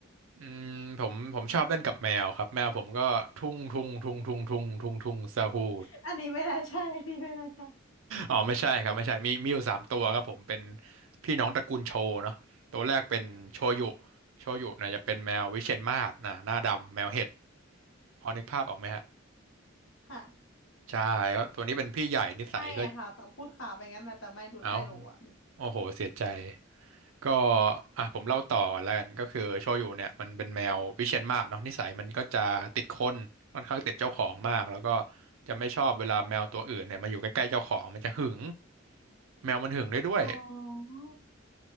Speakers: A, on the right (about 85°); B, on the left (about 80°).
A: อืมผมผมชอบเล่นกับแมวครับแมวผมก็ทุ่งทุ่งทุ่งทุ่งทุ่งทุ่งทุ่งซาฮู
B: <laughs> อันนี้ไม่น่าใช่อันนี้ไม่น่าใช่
A: อ๋อไม่ใช่ครับไม่ใช่มีมีอยู่สามตัวครับผมเป็นพี่น้องตระกูลโชเนาะตัวแรกเป็นโชยุโชยุเนี่ยจะเป็นแมววิเชียรมาศนะหน้าดำแมวเห็ดพอนึกภาพออกไหมฮะ
B: ค่ะ
A: ใช่แล้วตัวนี้เป็นพี่ใหญ่นิสัยก็
B: ไม่อะค่ะตองพูดข่าวไปงั้นแหละแต่ไม่รู้ไม่รู้อะ
A: เอ้าโอ้โหเสียใจ ก็อ่ะผมเล่าต่อก่อนแล้วกันก็คือโชยุเนี่ยมันเป็นแมววิเชียรมาศเนาะนิสัยมันก็จะติดคนค่อนข้างติดเจ้าของมากแล้วก็จะไม่ชอบเวลาแมวตัวอื่นเนี่ยมาอยู่ใกล้ๆเจ้าของมันจะหึงแมวมันหึงได้ด้วย
B: อ๋อ